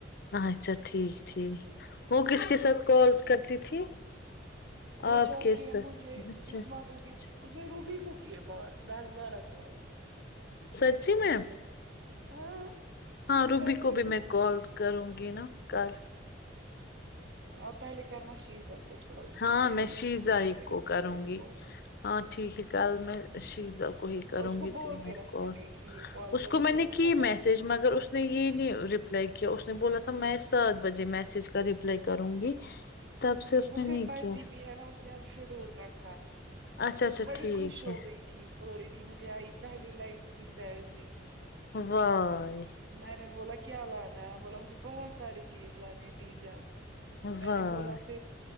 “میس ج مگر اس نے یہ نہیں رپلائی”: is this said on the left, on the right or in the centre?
Left